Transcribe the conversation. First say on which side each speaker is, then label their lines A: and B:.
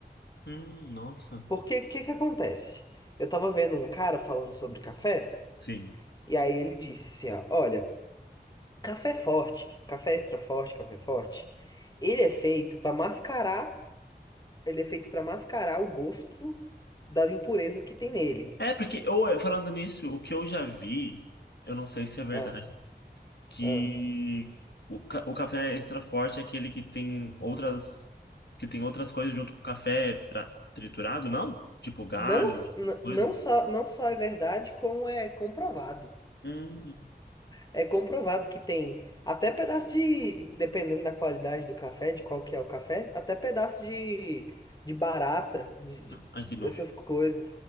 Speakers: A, on the left; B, on the left.
A: hum, nossa.
B: Porque o que que acontece? Eu tava vendo um cara falando sobre cafés,
A: Sim.
B: e aí ele disse assim, ó, olha, café forte, café extra forte, café forte, ele é feito para mascarar, ele é feito para mascarar o gosto das impurezas que tem nele.
A: É, porque, ou, falando nisso, o que eu já vi, eu não sei se é verdade,
B: Ah,
A: que
B: ah.
A: o, ca- o café extra forte é aquele que tem outras, que tem outras coisas junto com o café pra, triturado, não? Tipo galho,
B: Não, s- n-
A: coisa.
B: não só, não só é verdade, como é comprovado.
A: Hum,
B: É comprovado que tem até pedaço de, dependendo da qualidade do café, de qual que é o café, até pedaço de, de barata, de,
A: ai
B: de-
A: que nojo.
B: essas coisas.